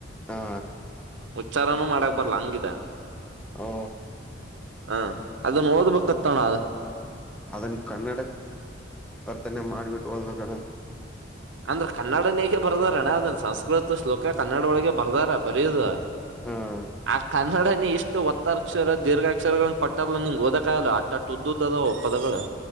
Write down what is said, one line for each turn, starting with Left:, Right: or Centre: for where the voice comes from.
Centre: ಹಾ
Right: ಉಚ್ಚಾರನೂ ಮಾಡಕ್ ಬರಲ್ಲ ಹಂಗಿದ್ದೆ
Centre: ಓ
Right: ಹಾ ಅದನ್ನು ಓದಬೇಕತ್ತಣ
Centre: ಅದುನ್ನ ಕನ್ನಡ ವರ್ತನೆ ಮಾಡ್ಬಿಟ್ಟು ಓದಬೇಕಣ
Right: ಅಂದ್ರ ಕನ್ನಡನೇಕ ಬರ್ದಾರಣ್ಣ ಅದನ್ ಸಂಸ್ಕೃತ ಶ್ಲೋಕ ಕನ್ನಡ ಒಳಗೆ ಬರ್ದಾರ ಬರಯುದು
Centre: ಹ್ಮ್
Right: ಆ <inaudible> ಕನ್ನಡನ ಇಷ್ಟು ಒತ್ತ ಅಕ್ಷರ ದೀರ್ಘಾಕ್ಷರಗಳ ಪಟ್ಟಲ್ಲ ನಿಂ ಓದಕಕ್ಗಲ್ಲ ಅಟ್ಟ ಉ್ದದ್ದದ್ದದಾವೆ ಪದಗಳು